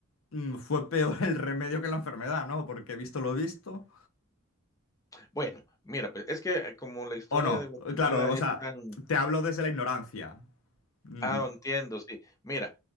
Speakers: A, on the left (about 80°); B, on the left (about 15°).
A: mm, fue peor el remedio que la enfermedad, ¿no? Porque he visto lo visto.
B: Bueno, mira, pues es que eh, como la historia
A: O no,
B: de Guatemala
A: claro, o
B: es
A: sea,
B: tan,
A: te hablo desde la ignorancia. Mm,
B: Ah, entiendo, sí. Mira,